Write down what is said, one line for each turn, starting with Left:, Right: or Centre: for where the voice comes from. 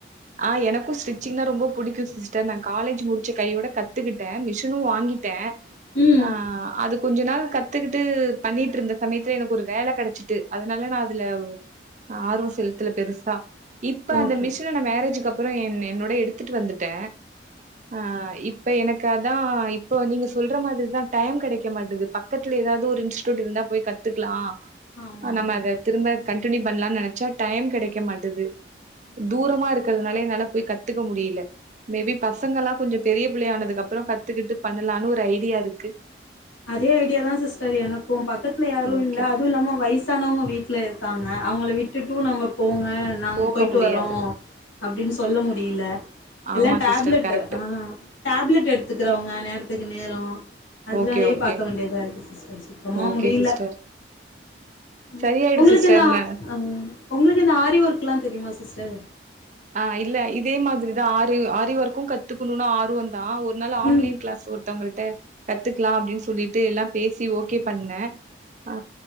Right: ஆ எனக்கு ஸ்டிச்சிங்னா ரொம்ப புடிக்கு சிஸ்டர் நா காலேஜ் முடிச்ச கையோட கத்துக்கிட்டே மிஷினு வாங்கிட்டே
Left: ம்
Right: ஆ அதுக்கு கொஞ்சோ நாள் கத்துக்கிட்டு பண்ணிட்டு இருந்த சமயத்துல எனக்கு ஒரு வேல கெடைச்சிட்டு அதனால நா அதுல ஆர்வோ செலுத்துல பெருசா இப்ப
Left: ஓகே
Right: அந்த மிஷின நா மேரேஜக்கு அப்றோ என் என்னோட எடுத்துட்டு வந்துட்டே ஆ இப் இப்ப எனக்கு அதா இப்போ நீங்க சொல்ற மாத்ரிதா டைம் கெடைக்க மாட்டது பக்கத்துல ஏதாவுது ஒரு இன்ஸ்டூட் இருந்தா போய் கத்துக்கலா ஆ
Left: ஆமா ஆமா
Right: நம்ம அத திரும்ப கண்டினியூ பண்ணலானு நெனைச்சா டைம் கெடைக்கமாட்டது
Left: ஆமா
Right: ம் தூரமா
Left: ஆமா
Right: இருக்கறதுனால என்னால போய் கத்துக்க முடியில மேபி பசங்கெல்லா கொஞ்சோ பெரிய புள்ளய ஆனதுக்கு அப்றோ கத்து கத்துகிட்டு பண்ணலான்னு ஒரு ஐடியாருக்கு
Left: அதே ஐடியா தா சிஸ்டர் எனக்கு பக்கத்துல யாரு
Right: ஓகே
Left: இல்ல அதுவு இல்லாம வய்சு சனவங்க வீட்ல இருக்காங்க அவுங்கள விட்டுட்டு நம்ம போ <inaudible> நாங்க
Right: போக
Left: போயிட்டு
Right: முடியாது
Left: வரோ அப்டின் சொல்ல முடியில எல்லா
Right: ஆமா
Left: டேப்லெட்
Right: சிஸ்டர் கரெக்ட்
Left: ஆ டேப்லெட் எடுத்துக்கிறவங்க நேர த்துக்கு நேரோ அதுனாலயே
Right: ஓகே ஓகே
Left: பாக்க வேண்டியதா இருக்கு சிஸ்டர் சுத்தமா
Right: ஓகே
Left: முடியில
Right: சிஸ்டர்
Left: ம்
Right: சரியாயிடு
Left: ஒங்களுக்கு
Right: சிஸ்டர்
Left: இந்த ஆ
Right: நா
Left: ஒங்களுக்கு இந்த ஆரி ஒர்க்குலா தெரியுமா சிஸ்டர்
Right: ஆ இல்ல இதே மாத்ரிதா ஆரி ஆரி ஒர் க்கு கத்துக்கணுனு ஆருவ தா ஒரு நாள் ஆன்லைன்
Left: ம்
Right: கிளாஸ் ஒருத்தவங்கள்ட்ட கத்துக்கலா அப்டின்னு சொல்லிட்டு எல்லா பேசி ஓகே பண்ணே ஆ